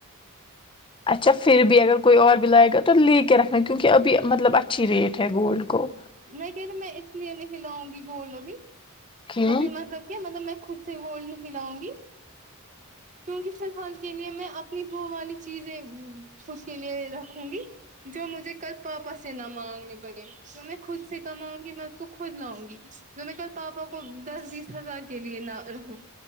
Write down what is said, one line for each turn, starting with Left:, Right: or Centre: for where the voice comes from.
Left: اچھا پھر بھی اگر کوئی اور بھی لائےگا تو لے کے رکھنا کیونکہ ابھی مطلب اچھی ریٹ ہے گولڈ کو
Right: میں کہینا میں اس لیے نہیں لاؤںگی گولڈ ابھی
Left: کیوں
Right: کبھی مطلب کیا مطلب میں خود سے گولڈ نہیں لاؤںگی کیونکی فی الحال کے لیے میں اپنی وہ والی چیزیں خود کے لیے رکھوں گی جو مجھے کل پاپا سے نہ مانگنے پڑے جو میں خود سے کماؤںگی میں اس کو خود لاؤںگی جو میں کل پاپا کو کو دس بیس ہزار کے لیے نہ رہوں